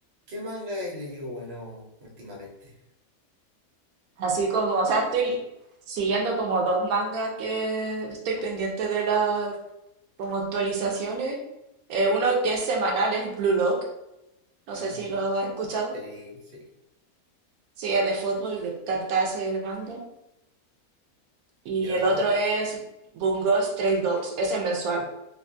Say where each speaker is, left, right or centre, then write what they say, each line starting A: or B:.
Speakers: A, on the right; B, on the right.
A: ¿Qué manga he leído bueno últimamente?
B: Así como, o sea, estoy siguiendo como dos mangas que estoy pendiente de las como actualizaciones. Eh, uno que es semanal es Blue Lock, no
A: Ah,
B: sé si lo has escuchado.
A: sí, sí.
B: Sí, es de fútbol, de encanta ese manga. Y
A: ¿Y el otro?
B: el otro es Bungo Stray Dogs, ese es mensual.